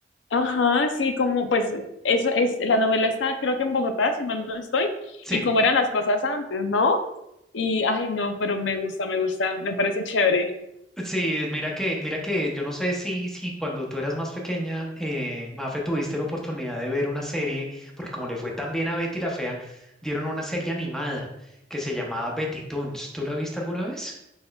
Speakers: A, on the left (about 80°); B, in the centre.
A: Ajá, sí, como pues eso es, la novela está creo que en Bogotá, si mal no estoy,
B: Sí.
A: y cómo eran las cosas antes, ¿no? Y, ay, no, pero me gusta, me gusta, me parece chévere.
B: Sí, mira que, mira que yo no sé si, si cuando tú eras más pequeña, eh, Mafe, tuviste la oportunidad de ver una serie, porque como le fue tan bien a Betty la Fea, dieron una serie animada que se llamaba Betty Toons. ¿Tú la viste alguna vez?